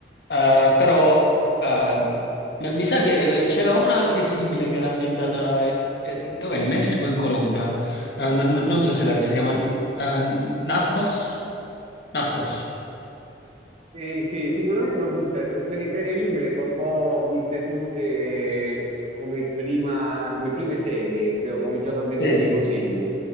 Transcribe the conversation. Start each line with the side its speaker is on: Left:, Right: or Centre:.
Left: Eh, però eh, ma mi sa che eh, c'era una anche simile che era ambientata eh, dov'è? In Messico o in Colombia? Eh, no- no- non so se l'ha vista, si chiama eh, Narcos? Narcos.
Right: Sì, sì, sicuramente l'ho vista, perché quelle serie lì me le sono un po' viste tutte come prima, come prime serie, che ho cominciato a vederle
Left: Sì.
Right: così io.